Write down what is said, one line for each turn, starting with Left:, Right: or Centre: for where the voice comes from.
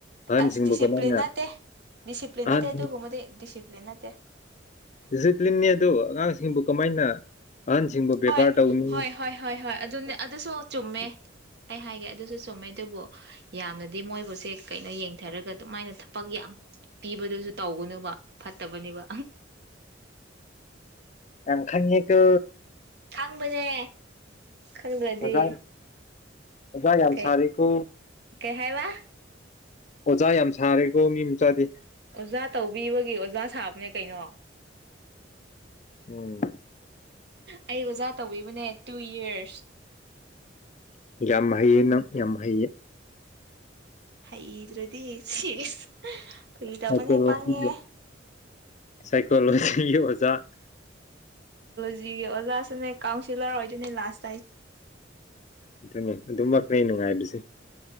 Left: ꯑꯍꯟꯁꯤꯡꯕꯨ
Right: ꯑꯁ ꯗꯤꯁꯤꯄ꯭ꯂꯤꯟ
Left: ꯀꯃꯥꯏꯅ
Right: ꯅꯠꯇꯦ ꯗꯤꯁꯤꯄ꯭ꯂꯤꯟ
Left: ꯑꯍꯟ
Right: ꯅꯠꯇꯦ ꯑꯇꯨꯒꯨꯝꯕꯗꯤ ꯗꯤꯁꯤꯄ꯭ꯂꯤꯟ ꯅꯠꯇꯦ
Left: ꯗꯤꯁꯤꯄ꯭ꯂꯤꯟꯅꯤ ꯑꯗꯨ ꯑꯉꯥꯡꯁꯤꯡꯕꯨ ꯀꯃꯥꯏꯅ ꯑꯍꯟꯁꯤꯡꯕꯨ ꯕꯦꯕꯥꯔ
Right: ꯍꯣꯏ
Left: ꯇꯧꯅꯤ
Right: ꯍꯣꯏ ꯍꯣꯏ ꯍꯣꯏ ꯍꯣꯏ ꯑꯗꯨꯅꯦ ꯑꯗꯨꯁꯨ ꯆꯨꯝꯃꯦ
Left: <inaudible>
Right: ꯑꯩ ꯍꯥꯏꯒꯦ ꯑꯗꯨꯁꯨ ꯆꯨꯝꯃꯦ ꯑꯗꯨꯕꯨ ꯌꯥꯝꯅꯗꯤ ꯃꯣꯏꯕꯨꯁꯦ ꯀꯩꯅꯣ ꯌꯦꯡꯊꯔꯒ ꯑꯗꯨꯃꯥꯏꯅ ꯊꯕꯛ ꯌꯥꯝ ꯄꯤꯕꯗꯨꯖꯨ ꯇꯧꯒꯅꯨꯕ ꯐꯠꯇꯕꯅꯦꯕ
Left: ꯌꯥꯝ ꯈꯪꯉꯦꯀꯣ
Right: ꯈꯪꯕꯅꯦ ꯈꯪꯗ꯭ꯔꯗꯤ
Left: ꯑꯣꯖꯥ ꯑꯣꯖꯥ ꯌꯥꯝ
Right: ꯀꯩ
Left: ꯁꯥꯔꯤꯀꯣ
Right: ꯀꯩ ꯍꯥꯏ ꯋꯥ
Left: ꯑꯣꯖꯥ ꯌꯥꯝ ꯁꯥꯔꯦꯀꯣ ꯃꯤ ꯃꯆꯥꯥꯗꯤ
Right: ꯑꯣꯖꯥ ꯇꯧꯕꯤꯕꯒꯤ ꯑꯣꯖꯥ ꯁꯥꯕꯅꯦ ꯀꯩꯅꯣ
Left: ꯎꯝ
Right: ꯑꯩ ꯑꯣꯖꯥ ꯇꯧꯕꯤꯕꯅꯦ ꯇꯨ ꯌꯔꯁ
Left: ꯌꯥꯝ ꯍꯩꯌꯦ ꯅꯪ ꯌꯥꯝ ꯍꯩꯌꯦ
Right: ꯍꯩꯗ꯭ꯔꯗꯤ ꯁꯤꯁ ꯐꯒꯤ ꯇꯧꯕꯅꯦ
Left: ꯁꯥꯏꯀꯣꯖꯤꯒꯤ
Right: ꯄꯪꯉꯦ
Left: ꯑꯣ ꯁꯥꯏꯀꯣꯂꯣꯖꯤꯒꯤ ꯑꯣ ꯖꯥ
Right: ꯖꯤ ꯑꯣꯂꯥꯁꯨꯅꯦ ꯀꯥꯎꯟꯁꯤꯂꯔ ꯑꯣꯏꯗꯩꯅꯦ ꯂꯥꯁ
Left: ꯑꯗꯨꯅꯤ ꯑꯗꯨꯃꯛꯅꯦ ꯑꯩ ꯉꯥꯏꯕꯁꯦ